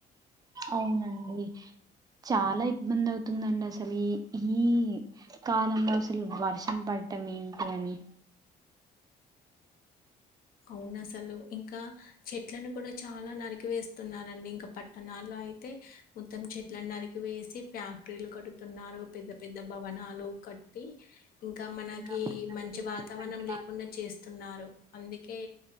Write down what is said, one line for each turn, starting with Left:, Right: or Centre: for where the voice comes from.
Right: అవునండి చాలా ఇబ్బంది అవుతుందండి అసలు ఈ ఈ కాలంలో అసలు వర్షం పడ్ డం ఏంటి అని
Left: అవును అసలు ఇంకా చెట్లను కూడా చాలా నరికి వేస్తున్నారండి ఇంకా పట్టణాల్లో అయి తే మొత్తం చెట్లను నరికి వేసి ఫ్యాక్టరీలు కడుతున్నారు పెద్ద పెద్ పెద్ద భవనాలు కట్టి ఇంకా మనకి
Right: ఇంకా మనకి
Left: మంచి వాతావరణం
Right: మంచి
Left: లేకుండా చేస్తున్నారు నారు అందుకే